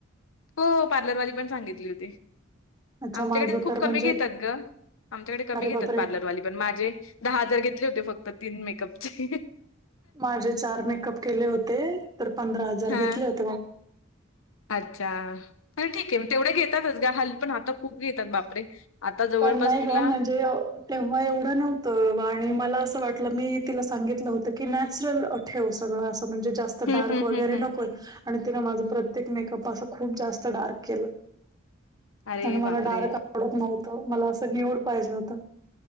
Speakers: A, on the left; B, on the right.
A: हो पार्लरवाली पण सांगितली होती
B: अच्छा
A: आमच्याकडे
B: माझं
A: खूप
B: तर
A: कमी
B: म्हणजे
A: घेतात ग आमच्याकडे कमी
B: अरे
A: घेतात
B: बापरे!
A: पार्लरवाली पण माझे दहा हजार घेतले होते फक्त तीन मेकअपचे
B: माझे चार मेकअप केले होते तर पंधरा हजार
A: हां.
B: घेतले होते
A: अच्छा खर ठीक आहे मग तेवढ्या घेतातच ग हल् पण आता खूप घेतात बापरे आता जवळपास
B: पण नाही
A: तुला
B: ग म्हणजे तेव्हा एवढं नव्हतं आणि मला असं वाटलं मी तिला सांगितलं होतं की नॅचरल ठेवू सगळं असं म्हणजे जास्त
A: हं,
B: डार्क
A: हं,
B: वगैरे
A: हं, हं.
B: नकोय आणि तिनं माझं प्रत्येक मेकअप असं खूप जास्त डार्क केलं
A: अरे
B: आणि मला
A: बापरे!
B: डार्क आवडत नव्हतं मला असं निवड पाहिजे होत